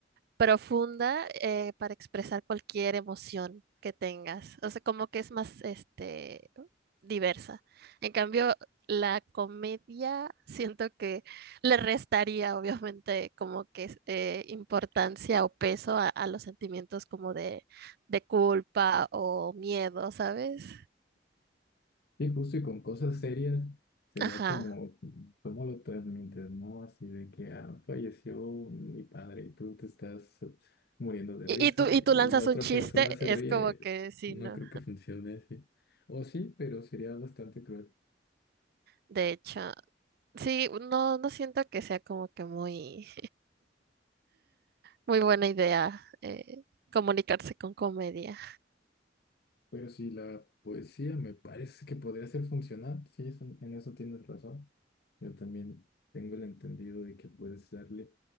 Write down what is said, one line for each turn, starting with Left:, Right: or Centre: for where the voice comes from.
Right: profunda eh, para expresar cualquier emoción que tengas. O sea, como que es más este diversa. En cambio, la comedia siento que le restaría obviamente como que eh, importancia o peso a, a los sentimientos como de, de culpa o miedo, ¿sabes?
Left: Y justo y con cosas serias sería
Right: Ajá.
Left: como, ¿cómo lo transmites, no? Así de que ah, falleció mi padre y tú te estás muriendo de
Right: Y,
Left: risa
Right: y tú, y
Left: y
Right: tú lanzas
Left: la otra
Right: un chiste,
Left: persona se
Right: es
Left: ríe.
Right: como que sí,
Left: No
Right: ¿no?
Left: creo que funcione así. O sí, pero sería bastante cruel.
Right: De hecho, sí, no, no siento que sea como que muy, muy buena idea eh, comunicarse con comedia.
Left: Pero si la poesía me parece que podría ser funcional, sí, es en eso tienes razón. Yo también tengo el entendido de que puedes darle